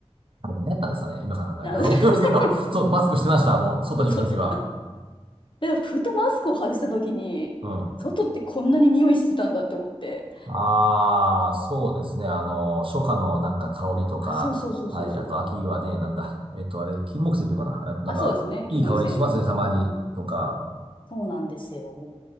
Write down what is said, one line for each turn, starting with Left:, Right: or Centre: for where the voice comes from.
Right: あれ何やったんですかね。今から考えたらと思いますけど、
Left: な <laughs>
Right: <laughs> そう、マスクしてました。もう、外に行くときは。
Left: そうそう。で、ふとマスクを外した時に、
Right: うん。
Left: 外ってこんなに匂いしてたんだって思って。
Right: ああ、
Left: うん
Right: そうですね。あの、初夏のなんか香りとか、
Left: あ、そうそうそうそうそう。
Right: はい。あと秋はね、なんだ。えっと、あれ、金木犀っていうのかな。えっと、なんか、
Left: あ、そうですね。金木犀。
Right: いい香りしますね、たまに。
Left: そう、
Right: とか。
Left: そうなんですよ。